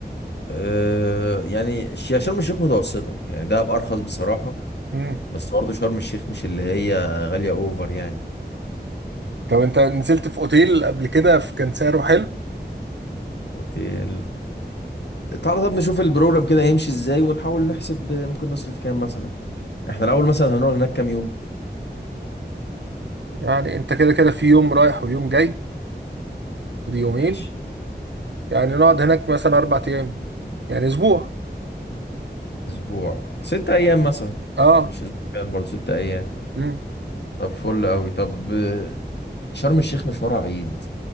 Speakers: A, on the left; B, on the right.
A: أه يعني ش- شرم الشيخ متوسطه يعني دهب ارخص بصراحه
B: مم.
A: بس برضه شرم الشيخ مش اللي هي غالية اوفر يعني
B: طب انت نزلت في اوتيل قبل كده في كان سعره حلو
A: اوتيل تعالى طب نشوف البروجرام كده هيمشي ازاي ونحاول نحسب ممكن نصرف كام مثلا احنا الاول مثلا هنقعد هناك كام يوم
B: يعني انت كده كده في يوم رايح ويوم جاي دي يومين
A: ماشي
B: يعني نقعد هناك مثلا اربع ايام يعني اسبوع
A: اسبوع ست ايام مثلا
B: اه
A: مش اسبوعين برضه ست ايام
B: مم.
A: طب فل قوي طب آه، شرم الشيخ مشوارها بعيد